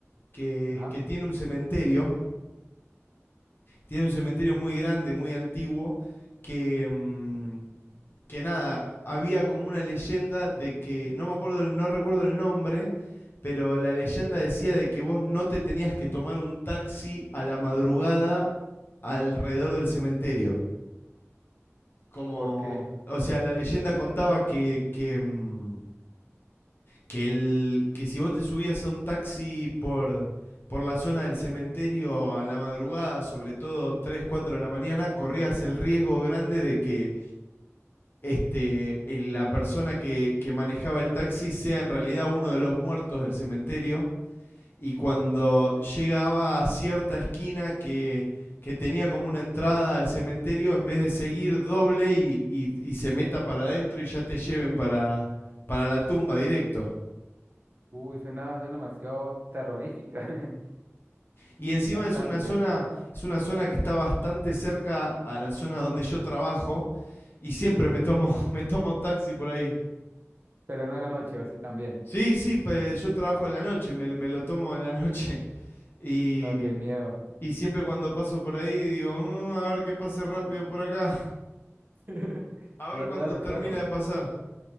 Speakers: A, on the left; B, on the right.
A: que,
B: Ajá.
A: que tiene un cementerio, tiene un cementerio muy grande, muy antiguo, que, mm, que nada, había como una leyenda de que, no me acuerdo, no recuerdo el nombre, pero la leyenda decía de que vos no te tenías que tomar un taxi a la madrugada alrededor del cementerio. Como,
B: ¿Por qué?
A: o sea, la leyenda contaba que, que, mm, que, el, que si vos te subías a un taxi por, por la zona del cementerio a la madrugada, sobre todo 3 4 de la mañana, corrías el riesgo grande de que este, eh, la persona que, que manejaba el taxi sea en realidad uno de los muertos del cementerio. Y cuando llegaba a cierta esquina que, que tenía como una entrada al cementerio, en vez de seguir doble y, y- y se meta para adentro y ya te lleven para, para la tumba directo.
B: Uy, suena, suena demasiado terrorífica, <laughs>
A: Y encima
B: bastante.
A: es una zona, es una zona que está bastante cerca a la zona donde yo trabajo y siempre
B: Sí,
A: me tomo, <laughs> me tomo taxi por ahí.
B: pero no en la noche, o sí también.
A: Sí, sí, pe- yo trabajo en la noche, me, me lo tomo en la noche. <laughs> Y,
B: No, qué miedo.
A: y siempre cuando paso por ahí digo, "Mm, a ver que pase rápido por acá, <laughs>
B: <laughs>
A: a ver
B: No,
A: cuándo
B: claro,
A: termina
B: claro.
A: de pasar.